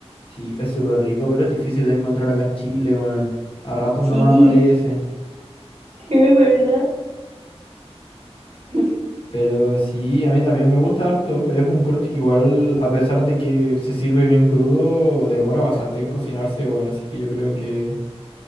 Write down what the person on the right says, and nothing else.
Sí,
<laughs> sí, es verdad. <laughs>